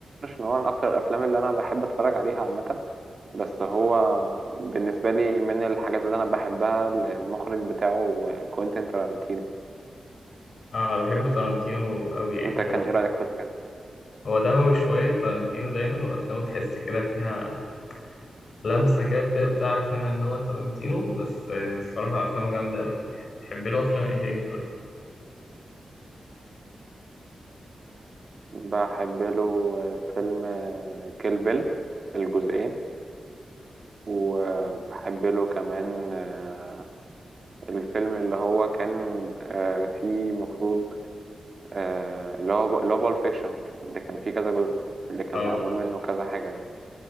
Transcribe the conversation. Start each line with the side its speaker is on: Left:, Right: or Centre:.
Right: ان هو من اكتر الافلام اللي انا بحب اتفرج عليها عامه بس هو بالنسبه لي من الحاجات اللي انا بحبها المخرج بتاعه آه، كوينتين تارانتينو
Left: أنا بحب تارانتينو أوي يعني
Right: انت كان
Left: هو
Right: ايه رايك في الفيلم
Left: هو دموي شوية تارانتينو دايما وأفلامه تحس كده فيها لمسة كده بت- بتعرف منها إن هو تارانتينو بس آه، الصراحة أفلامه جامدة أوي بتحب له أفلام إيه تاني طيب؟
Right: بحب له آه، فيلم كيل بيل الجزئين وبحب له كمان آه، الفيلم اللي هو كان آه، فيه مفروض آه، اللي هو ب- اللي هو بالب فيكشن اللي كان فيه كذا جزء اللي كان
Left: آه
Right: معمول منه كذا حاجة ده